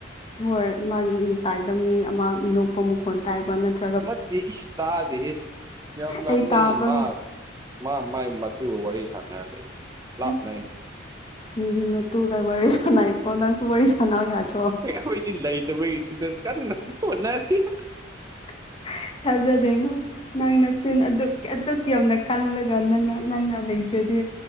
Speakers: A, on the left; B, on the right.
A: ꯍꯣꯏ ꯃꯥꯒꯤ ꯃꯇꯥꯏꯗ ꯃꯤ ꯑꯃ ꯅꯣꯛꯄ ꯃꯈꯣꯟ ꯇꯥꯏꯕ ꯅꯠꯇ꯭ꯔ
B: ꯅꯠꯇꯦ ꯏꯁ ꯇꯥꯗꯦꯍꯦ ꯂꯥꯝ ꯂꯥꯞꯅꯩ
A: ꯑꯩ ꯇꯥꯕ
B: ꯃꯥ ꯃꯥ ꯃꯥꯥꯏ ꯃꯇꯨꯒ ꯋꯥꯔꯤ ꯁꯥꯥꯟꯅꯔꯅ ꯂꯩ ꯂꯥꯞꯅꯩ
A: ꯑꯁ ꯃꯤꯗꯤ ꯃꯇꯨꯒ ꯋꯥꯔꯤ ꯁꯥꯅꯩꯀꯣ ꯅꯪꯁꯨ ꯋꯥꯔꯤ ꯁꯅꯧ ꯌꯥꯗꯔ
B: ꯑꯩꯈꯣꯏꯗꯤ ꯂꯩꯇꯕꯒꯤ ꯁꯤꯗ ꯀꯟꯅ ꯍꯣꯠꯅꯔꯤ
A: <inaudible> ꯊꯥꯖꯗꯦꯉꯣ ꯅꯪꯅ ꯆꯤꯟ ꯑꯗꯨꯛ ꯑꯗꯨꯛ ꯌꯥꯝꯅ ꯀꯜꯂꯒ ꯅ ꯅꯪꯅ ꯂꯩ ꯇꯗꯤ